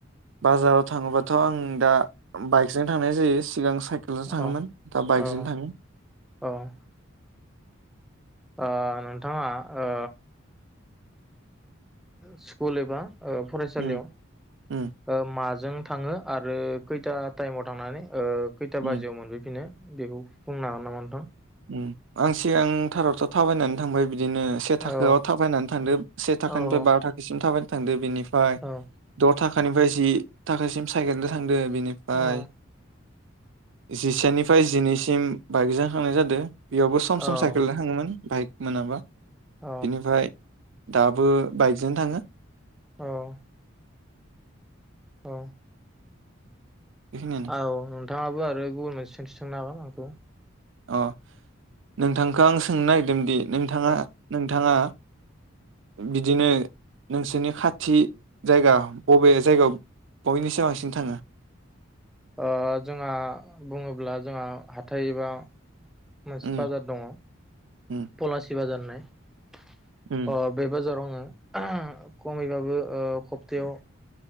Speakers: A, on the right; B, in the centre.
A: बाजाराव थाङोबाथ' आं दा बाइकजों थांनाय जायो। सिगां साइकेलजों
B: अ
A: थाङोमोन दा बाइकजों
B: औ
A: थाङो
B: औ ओ नोंथाङा ओ स्कुल एबा ओ फरायसालियाव
A: उम उम
B: ओ मा जों थाङो आरो खैथा टाइमाव थांनानै ओ खैथा
A: उम
B: बाजियाव मोनफैफिनो बेखौ बुंनो हागोन नामा नोंथां?
A: उम आं सिगांथारावथ' थाबायनानै थांबाय बिदिनो से थाखोआव
B: औ
A: थाबायनानै थांदो से थाखानिफ्राय
B: औ
A: बा थाखोसिम थाबाय थांदो बेनि फाय
B: औ
A: द' थाख खोनिफाय जि थाखोसिम सायखेलजों थां दो बिनिफाय
B: औ
A: जिसेनिफ्राय जिनैसिम बाइकजों हांनाय जादो दो बेयावबो सम सम
B: औ
A: साइकेलदो थाङोमोन बाइक मोनाबा
B: औ
A: बेनिफ्राय दाबो बाइकजों थाङो
B: औ औ
A: बेखिनियानो
B: औ नों थाङाबो आरो गुबुन मोनसे सोंथि सोंनो हागोन आंखौ
A: अ नोंथांखो आं सोंनो नागिरदों दि नोंथाङा
B: औ
A: नोंथाङा बिदिनो नोंसोरनि खाथि जायगा बबे जायगायाव
B: औ
A: बयनिसाय बांसिन थाङो।
B: ओ जोंहा बुङोब्ला जोंहा हाथाय एबा मोनसे
A: उम
B: बाजार दङ।
A: उम
B: पलासि बाजार होननाय। <inaudible>
A: उम
B: अ' बे बाजाराव आङो खमैबाबो ओ खपथायाव